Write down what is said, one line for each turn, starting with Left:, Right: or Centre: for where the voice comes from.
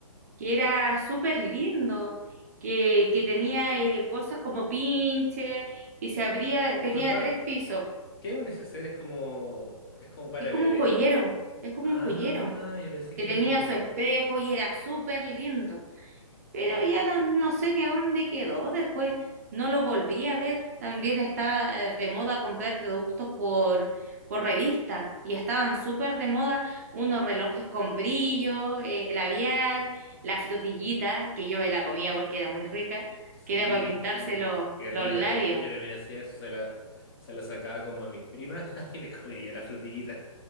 Right: que era súper lindo, que, que tenía eh, cosas como pinche y se abría,
Left: Disculpa,
Right: tenía tres pisos.
Left: ¿qué es un neceser? ¿Es como, es como para
Right: Es como
Left: bebé?
Right: un joyero, es como
Left: Ah,
Right: un joyero,
Left: yo pensé
Right: que
Left: que era
Right: tenía
Left: como.
Right: su espejo y era súper lindo. pero ya no, no sé ni a dónde quedó. Después no lo volví a ver. También estaba eh, de moda comprar productos por, por revista y estaban súper de moda unos relojes con brillo, eh, labial, la frutillita, que yo me la comía porque era muy rica,
Left: Sí,
Right: que era para pintarse los,
Left: qué
Right: los
Left: rico.
Right: labios.
Left: Yo también, yo también hacía eso, se la, se la sacaba como a mis primas <laughs> y me comía yo la frutillita.